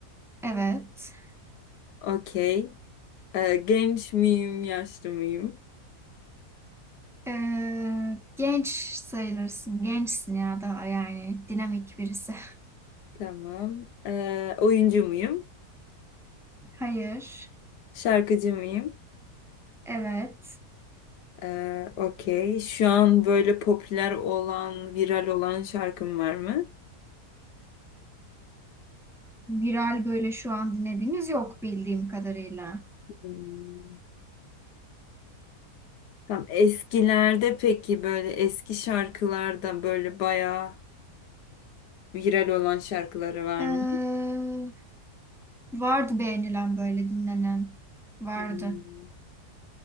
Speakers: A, in the centre; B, on the left.
A: Evet.
B: Okey. Ee, genç miyim yaşlı mıyım?
A: Ee, genç sayılırsın. Gençsin ya daha yani. Dinamik birisi.
B: Tamam. Ee, oyuncu muyum?
A: <laughs> Hayır.
B: Şarkıcı mıyım?
A: Evet.
B: Ee, okey. Şu an böyle popüler olan, viral olan şarkım var mı?
A: Viral böyle şu an dinlediğimiz yok bildiğim kadarıyla.
B: Hmm. Tamam. Eskilerde peki böyle eski şarkılarda böyle bayağı viral olan şarkıları var
A: Ee,
B: mı?
A: vardı beğenilen böyle dinlenen. Vardı.
B: Hmm,